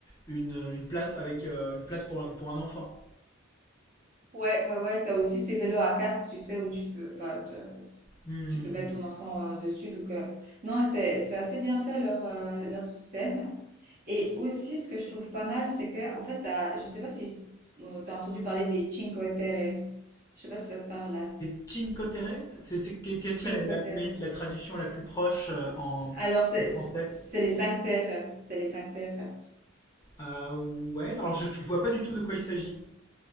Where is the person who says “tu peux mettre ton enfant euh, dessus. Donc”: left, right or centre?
Right